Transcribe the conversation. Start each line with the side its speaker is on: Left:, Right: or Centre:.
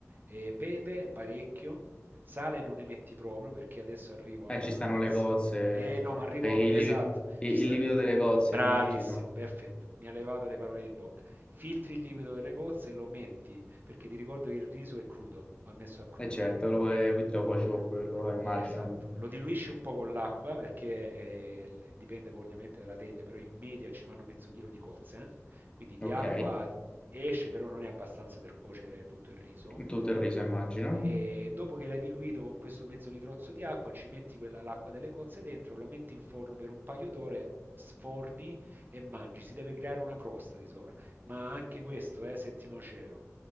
Right: E pepe parecchio, sale non ne metti proprio perché adesso arrivo
Left: Eh,
Right: alla,
Left: ci stanno
Right: al...
Left: le
Right: s-
Left: cozze,
Right: Eh no, ma arrivo...
Left: eh,
Right: Esatto,
Left: il, livi- il-
Right: ci sta...
Left: il liquido delle cozze,
Right: Bravissimo,
Left: immagino.
Right: perfetto, mi ha levato le parole di bocca. Filtri il liquido delle cozze e lo metti, perché ti ricordo che il riso è crudo, va messo a crudo.
Left: E certo, lo puoi, lo cuoci con quello, eh, immagino.
Right: Esatto, lo diluisci un po' con l'acqua perché eh, l- dipende poi ovviamente dalla teglia, però in media ci vanno mezzo chilo di cozze, eh. Quindi di
Left: Ok,
Right: acqua esce, però non è abbastanza per cuocere tutto il riso.
Left: tutto il riso, immagino.
Right: E dopo che l'hai diluito con questo mezzo litrozzo di acqua, ci metti quella, l'acqua delle cozze dentro, lo metti in forno per un paio d'ore, sforni e mangi. Si deve creare una crosta di sopra, ma anche questo è eh, settimo cielo,